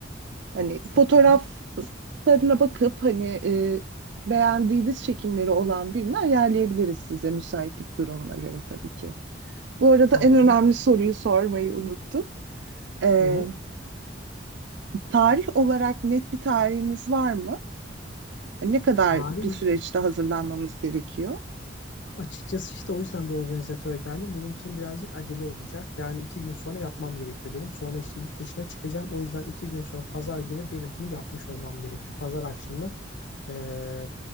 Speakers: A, on the right; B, on the left.
A: Hani
B: Süper.
A: fotoğraflarına bakıp hani e, beğendiğiniz çekimleri olan birini ayarlayabiliriz size müsaitlik durumuna göre tabii ki. Bu arada
B: Tamam.
A: en önemli soruyu sormayı unuttum. Ee,
B: Hı hı.
A: tarih olarak net bir tarihiniz var mı? Ne kadar
B: Tarih
A: bir süreçte hazırlanmamız gerekiyor?
B: Açıkçası işte o yüzden bir organizatöre geldim. Benim için birazcık acele olacak. Yani iki gün sonra yapmam gerekiyor benim. Sonra işte yurt dışına çıkacağım. O yüzden iki gün sonra pazar günü benim bunu yapmış olmam gerekiyor. Pazar akşamı eee,